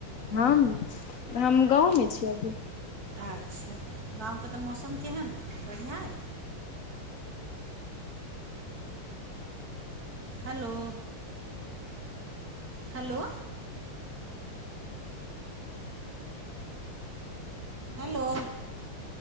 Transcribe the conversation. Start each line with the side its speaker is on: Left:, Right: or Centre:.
Left: हम- हम गाँव में छी अभी
Right: आच्छा गाँव के तऽ मौसम केहन अइ, बढ़िआँ अइ हेलो, हेलो हेलो